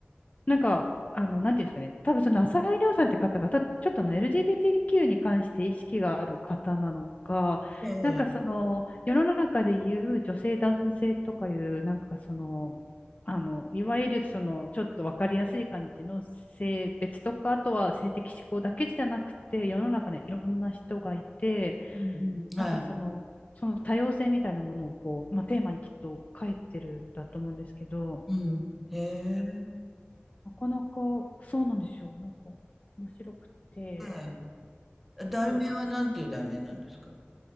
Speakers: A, on the left; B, in the centre.
A: なんか、あの、なんていうんですかね、多分その浅井亮さんって方が、た、ちょっとあの LGBTQ に関して意識がある方なのか、
B: ええ、
A: なんかその、世の中で言う女性男性とかいう、なんかその、あの、いわゆるその、ちょっとわかりやすい感じの性別とか、あとは性的指向だけじゃなくて、世の中にいろんな人がいて、
B: うんうんはい、
A: なんかその、その多様性みたいなものをこう、まあ、テーマにきっと書いてるんだと思うんですけど、
B: うん、へえ、
A: なかなか、そうなんですよ。なんか、面白くて。
B: ええ、題名はなんていう題名なんですか
A: あと、